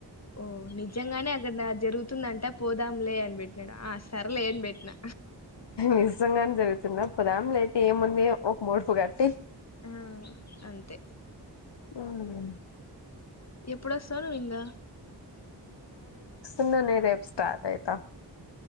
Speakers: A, on the left (about 40°); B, on the left (about 75°).
A: ఓ నిజంగానే అక్కడ అది జరుగు తుందంటా పోదాం లే అని పెట్టినాడు ఆ సరే లే అని పెట్టినా
B: నిజంగానే జరుగుతుందాప్పుదాం లే అయితే ఏముంది ఒక మూడుపు కట్టి
A: ఆ అంతే
B: హమ్
A: ఎప్పుడోస్త రింగ
B: న్నుందే రేప్ స్టార్ట్ అయితా